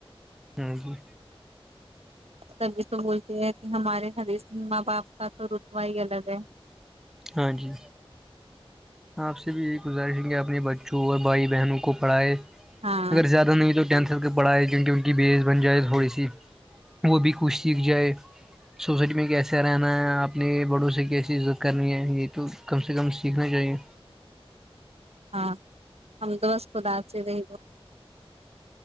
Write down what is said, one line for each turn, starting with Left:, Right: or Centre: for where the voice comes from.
Centre: ہمم
Right: تبھی تو بولتے ہیں کہ ہمارے ہری ماں باپ کا تو رتبہ ہی الگ ہے
Centre: ہاں جی آپ سے بھی یہی گزارش ہے کہ اپنے بچوں اور بھائی بہنوں کو پڑھائے
Right: ہاں
Centre: اگر زیادہ نہیں تو ٹینتھ کے پڑھائے کیونکہ ان کی بیس بن جائے تھوڑی سی وہ بھی کچھ سیکھ جائے سوسائٹی میں کیسے رہنا ہے اپنے بڑوں سے کیسی عزت کرنی ہے یہ تو کم سے کم سیکھنا چاہیے
Right: ہاں ہم تو اس خدا سے <unintelligible>